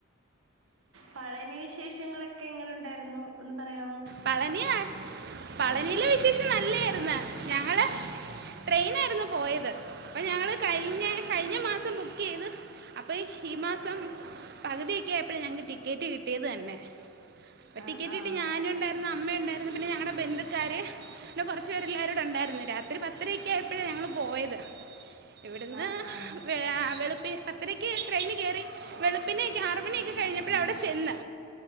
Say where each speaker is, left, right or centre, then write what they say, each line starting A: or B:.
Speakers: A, on the right (about 80°); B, on the right (about 50°).
A: പളനി വിശേഷങ്ങളൊക്കെ എങ്ങനെ ണ്ടായിരുന്നു ഒന്ന് പറയാവോ
B: പളനിയാ പളനിയിലെ വിശേഷം നല്ലായിര്ന്നു ഞങ്ങള് ട്രെയിനായിരുന്നു പോയത് അപ്പൊ ഞങ്ങള് കഴിഞ്ഞ കഴിഞ്ഞ മാസം ബുക്കെയ്ത് അപ്പൊ ഈ മാസം പകുതിയെക്കെ ആയപ്പഴ ഞങ്ങക്ക് ടിക്കറ്റ് കിട്ടിയതെന്നെ
A: ആഹ്
B: ടിക്കറ്റ്
A: ആഹ്
B: കിട്ടിഞാനുണ്ടായിരുന്നു അമ്മ ണ്ടായിരുന്നു പിന്നെ ഞങ്ങളടെ ബന്ധുക്കാര് പിന്നെ കൊർച്ചു പേരെല്ലാവരുടെണ്ടായിരുന്നു രാത്രി പത്തരക്ക യപ്പഴാ ഞങ്ങള് പോയത് ഇവട്ന്ന്
A: ആഹ് ആഹ്
B: വെ ആ വെളുപ്പി പത്തരക്ക് ട്രെയിന് കേറി വെളുപ്പിനെയൊക്കെ ആറ്മണി യൊക്കെ കഴിഞ്ഞപ്പഴ് അവിടെ ചെന്ന്